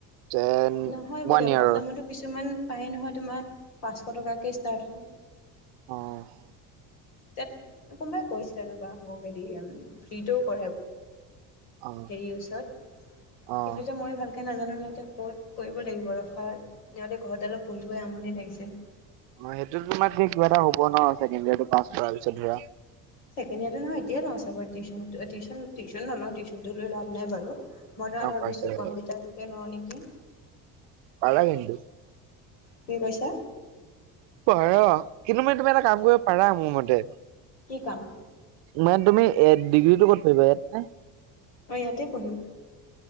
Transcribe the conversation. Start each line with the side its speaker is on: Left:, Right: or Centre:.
Right: যেন
Left: নহয়
Right: ওৱান
Left: বোলে
Right: ইয়াৰৰ
Left: কম দামতো কিছুমান পায় নহয় তোমাৰ পাঁচশ টকাকে <unintelligible>
Right: অ'।
Left: তাত কোনোবাই কৈছিলে ৰবা মোক হেৰি উম, ফ্ৰীটো <unintelligible> <unintelligible>
Right: অ
Left: হেৰি ওচৰত,
Right: অ অ
Left: কিন্তু এতিয়া মই ভালকৈ নাজানো নহয় এতিয়া ক'ত কৈ <unintelligible> ৰখা, সিহঁতে ঘৰতে অলপ বহি বহি আমনি লাগিছে।
Right: অ', সেইটো তোমাৰ কিবা এটা হ'ব ন, ছেকেণ্ড ইয়েৰটো পাছ কৰাৰ পিছত ধৰা।
Left: ছেকেণ্ড ইয়াৰটো নহয়, এতিয়া লওঁ চাগ <unintelligible> টিউচন নলওঁ টিউচনটো লাভ নাই বাৰু। মই তোমাৰ
Right: অ
Left: ভাবিছো
Right: ফাৰ্ষ্ট ইয়েৰ
Left: কম্পিউটাৰটোকে লওঁ নেকি।
Right: পাৰা কিন্তু।
Left: কি কৈছা?
Right: পাৰা, কিন্তু মানে তুমি এটা কাম কৰিব পাৰা মোৰ মতে,
Left: কি কাম।
Right: মানে তুমি ডিগ্ৰীটো ক'ত পাৰিবা ইয়াত নে
Left: অ' ইয়াতে পঢ়িম।